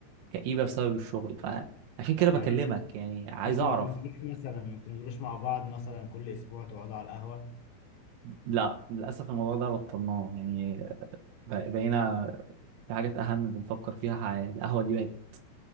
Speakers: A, on the right; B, on the left.
A: كئيبة بسبب الشغل فعشان كده بكلمك
B: يعني انت-
A: يعني عايز
B: أنتوا
A: اعرف
B: ما بتنزلوش مثلا ما بتنزلوش مع بعض مثلا كل أسبوع تقعدوا على القهوة
A: لا للاسف الموضوع ده بطلناه يعني بق- بقينا في حاجات أهم بنفكر فيها ح- القهوة دي بقت